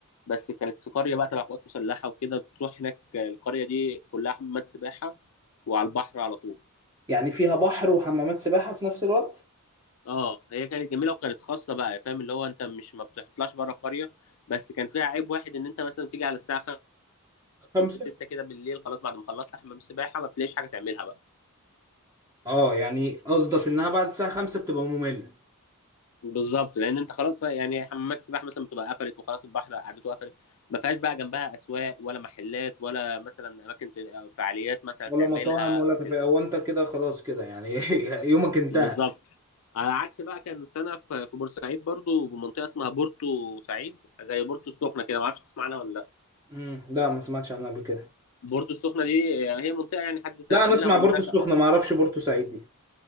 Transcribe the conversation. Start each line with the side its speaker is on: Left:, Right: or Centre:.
Left: بس كانت في قريه بقى تبع قوات مسلحه وكده بتروح هناك آه، القريه دي كلها حمامات سباحه وعلى البحر على طول
Right: يعني فيها بحر وحمامات سباحة في نفس الوقت
Left: اه هي كانت جميله وكانت خاصه بقى فاهم اللي هو انت مش ما بتطلعش بره القريه بس كان فيها عيب واحد ان انت مثلا تيجي على الساعه
Right: خمسة
Left: 5 6 كده بالليل خلاص بعد ما خلصت حمام السباحه ما بتلاقيش حاجه تعملها بقى
Right: اه يعني قصدك انها بعد الساعه 5 بتبقى ممله
Left: بالظبط لان انت خلاص يعني حمامات السباحه مثلا بتبقى قفلت وخلاص البحر قعدته قفلت ما فيهاش بقى جنبها اسواق ولا محلات ولا مثلا اماكن ت- أو فعاليات مثلا
Right: ولا
Left: تعملها
Right: مطاعم ولا
Left: او
Right: كافيه
Left: كده
Right: هو انت كده خلاص كده يعني <laughs> يومك انتهى
Left: بالظبط على عكس بقى كانت انا في في بورسعيد برضو بمنطقه اسمها بورتو سعيد زي بورتو السخنه كده ما اعرفش تسمعنا ولا لا
Right: امم لا ما سمعتش عنها قبل كده
Left: بورتو السخنه دي هي منطقه يعني حد
Right: لا
Left: عاملها
Right: انا اسمع
Left: منتجع
Right: بورتو السخنه ما اعرفش بورتو سعيد دي.